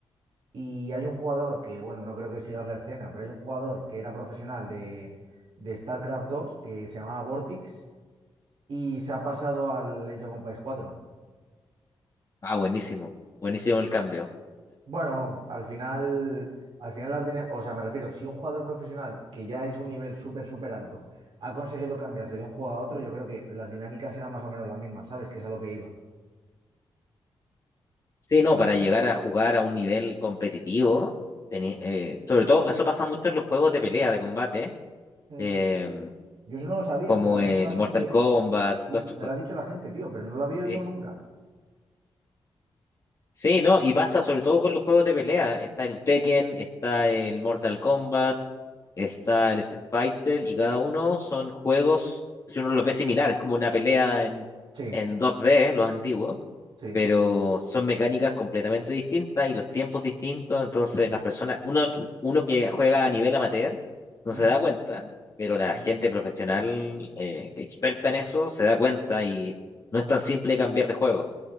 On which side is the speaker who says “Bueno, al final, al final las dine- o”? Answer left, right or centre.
Right